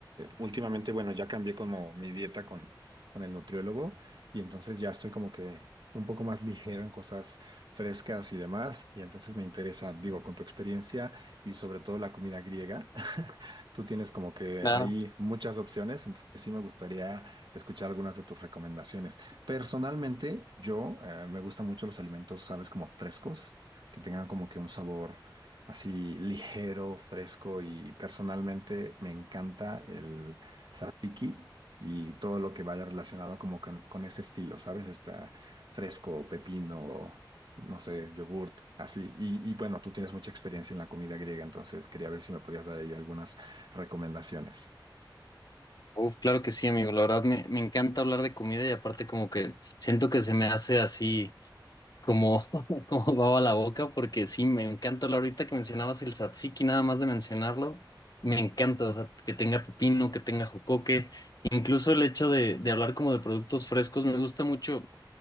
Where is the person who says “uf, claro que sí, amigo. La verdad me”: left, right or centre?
Left